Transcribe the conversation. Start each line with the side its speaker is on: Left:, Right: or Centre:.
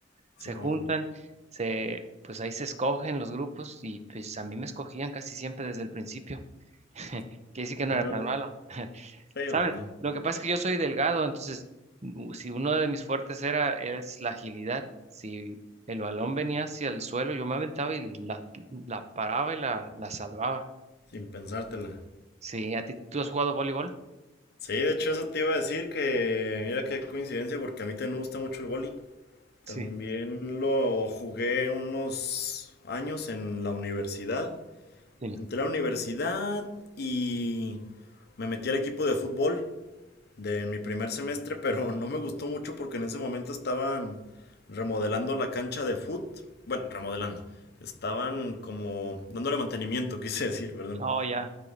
Right: se
Left: Sí, bueno.
Right: juntan, se, pues ahí se escogen los grupos y pues a mí me escogían casi siempre desde el principio. <laughs> Quiere decir que no
Left: Órale.
Right: era tan malo. <laughs>
Left: Sí,
Right: ¿Sabes?
Left: o no.
Right: Lo que pasa es que yo soy delgado, entonces u- si uno de mis fuertes era es la agilidad, si el balón venía hacia el suelo, yo me aventaba y la, la paraba y la, la salvaba.
Left: Sin pensártela.
Right: Sí, ¿a ti tú has jugado voleibol?
Left: Sí, de hecho eso te iba a decir que mira qué coincidencia porque a mí también me gusta mucho el vóley.
Right: Sí,
Left: También lo jugué unos años en la universidad.
Right: sí.
Left: Entré a la universidad y me metí al equipo de fútbol. de mi primer semestre, pero no me gustó mucho porque en ese momento estaban remodelando la cancha de fútbol Bueno, remodelando. Estaban como dándole mantenimiento, <laughs> quise decir, perdón.
Right: Oh, ya.